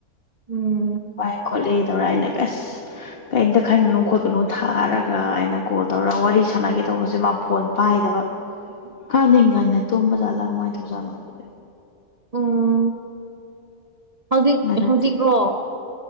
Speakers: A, on the right (about 25°); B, on the left (about 40°).
A: ꯎꯝ
B: ꯥꯏ ꯈꯣꯠꯂꯤꯗꯧꯔ ꯑꯅ ꯀꯁ ꯀꯩꯇ ꯈꯪꯒꯅꯨ ꯈꯣꯠꯀꯅꯨ ꯊꯥꯔꯒ ꯑꯩꯅ ꯀꯣꯜ ꯇꯧꯔꯒ ꯋꯥꯔꯤ ꯁꯥꯟꯅꯒꯦ ꯇꯧꯕꯁꯦ ꯃꯥ ꯐꯣꯟ ꯄꯥꯏꯗꯕ
A: ꯎꯝ
B: ꯀꯅꯤꯡ ꯉꯅꯤ ꯇꯨꯝꯝꯕ ꯆꯥꯂꯒ ꯃꯥꯥꯏ ꯇꯖꯥꯅꯣꯗꯨꯗꯤꯦ
A: ꯎꯝ ꯍꯧꯖꯤꯛ
B: ꯉꯟꯅ
A: ꯍꯧꯖꯤꯛꯔꯣ